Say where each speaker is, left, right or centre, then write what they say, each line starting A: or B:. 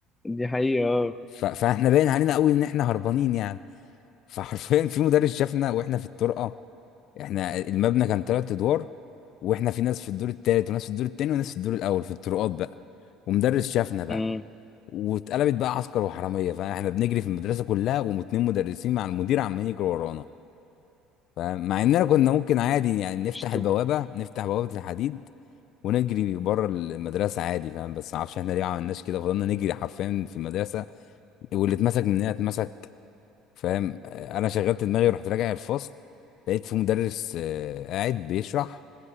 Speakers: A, on the left (about 15°); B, on the left (about 60°).
A: دي حقيقة اه
B: ف... فاحنا باين علينا قوي ان احنا هربانين يعني <laughs> فحرفيا في مدرس شافنا واحنا في الطرقه احنا المبنى كان تلات ادوار واحنا في ناس في الدور التالت وناس في الدور التاني وناس في الدور الاول في الطرقات بقى ومدرس شافنا بقى
A: أمم.
B: واتقلبت بقى عسكر وحراميه فاحنا بنجري في المدرسه كلها واتنين مدرسين مع المدير عمالين يجروا ورانا فمع اننا كنا ممكن عادي يعني نفتح
A: مش تب...
B: البوابه نفتح بوابه الحديد ونجري بره المدرسه عادي فاهم بس ما اعرفش احنا ليه ما عملناش كده فضلنا نجري حرفيا في المدرسه واللي اتمسك مننا اتمسك فاهم آه، انا شغلت دماغي ورحت راجع الفصل لقيت في مدرس آه، قاعد بيشرح